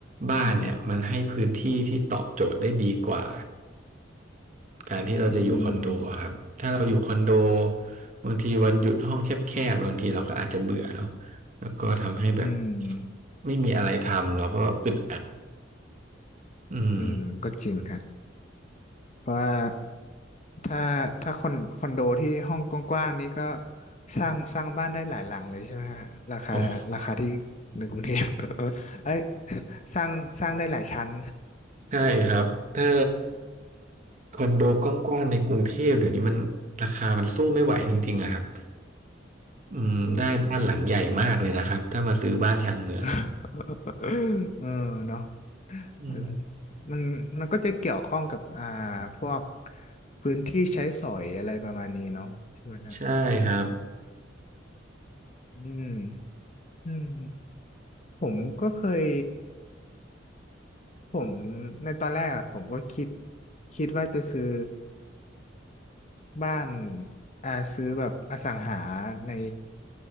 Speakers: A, on the right; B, on the left.
A: บ้านเนี่ยมันให้พื้นที่ที่ตอบโจทย์ได้ดีกว่า
B: อืม
A: การที่เราจะอยู่คอนโดอะครับ
B: อืม
A: ถ้าเราอยู่คอนโดบางทีวันหยุดห้องแคบๆบางทีเราก็อาจจะเบื่อเนาะแล้วก็ทำให้แบบ
B: อืม
A: ไม่มีอะไรทำเราก็อึดอัดอืม
B: อืมก็จริงฮะเพราะว่าถ้าถ้าคอนคอนโดที่ห้องกว้างๆนี้ก็สร้างสร้างบ้านได้หลายหลังเลยใช่ไหมฮะราคาราคาที่
A: โอ้
B: ในกรุงเทพ <laughs> เอ้ยสร้างสร้างได้หลายชั้น
A: ใช่ครับ ถ้าคอนโดกว้างๆในกรุงเทพเดี๋ยวนี้มันราคามันสู้ไม่ไหวจริงๆอะครับอืมได้บ้านหลังใหญ่มากเลยนะครับ
B: อืม
A: ถ้ามาซื้อบ้านชานเมืองอะ
B: <laughs> เออเนาะ
A: อืม
B: เออมันมันก็จะเกี่ยวข้องกับอ่าพวกพื้นที่ใช้สอยอะไรประมาณนี้เนาะใช่ไหมฮะ
A: ใช่ครับ
B: อืมอืมผมก็เคยผมในตอนแรกอะผมก็คิดคิดว่าจะซื้อ บ้านอาซื้อแบบอสังหาใน